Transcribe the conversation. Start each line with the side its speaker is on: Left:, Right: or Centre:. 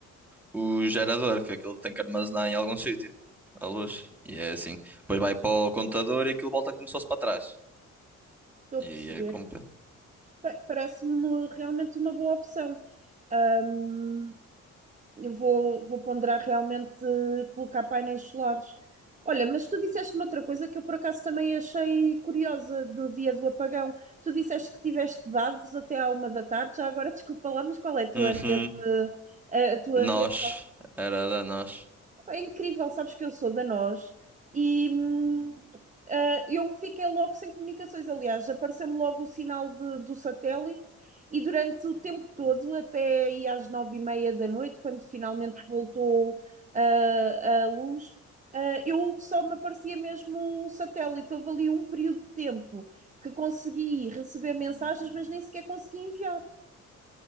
Centre: o gerador, que aquilo tem que armazenar em algum sítio, a luz. E é assim. Depois vai para o computador e aquilo volta como se fosse para trás.
Right: estou
Centre: E
Right: a perceber.
Centre: aí é compra.
Right: Pa- Parece-me realmente uma boa opção. Hum, Eu vou, vou ponderar realmente eh, colocar painéis solares. Olha, mas tu disseste-me outra coisa que eu por acaso também achei curiosa do dia do apagão. Tu disseste que tiveste dados até à uma da tarde, já agora <laughs> desculpa lá, mas qual é a tua
Centre: Uhum.
Right: rede? eh, A tua
Centre: Nós.
Right: rede?
Centre: Era da nós.
Right: É incrível, sabes que eu sou da Nós e hum, ah, eu fiquei logo sem comunicações. Aliás, apareceu-me logo o sinal de- do satélite e durante o tempo todo, até aí às nove e meia da noite, quando finalmente voltou ah, a luz, ah, eu só me aparecia mesmo o satélite. Houve ali um período de tempo que consegui receber mensagens, mas nem sequer consegui enviar.